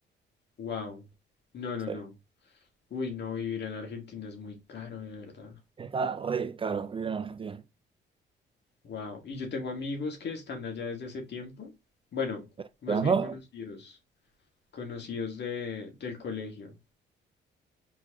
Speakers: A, on the left; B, on the right.
A: Wow. No, no,
B: Sí.
A: no. Uy, no, vivir en Argentina es muy caro, de verdad.
B: Está re caro vivir en Argentina.
A: Wow. Y yo tengo amigos que están allá desde hace tiempo. Bueno,
B: ¿Estudiando?
A: más bien conocidos, conocidos de, del colegio.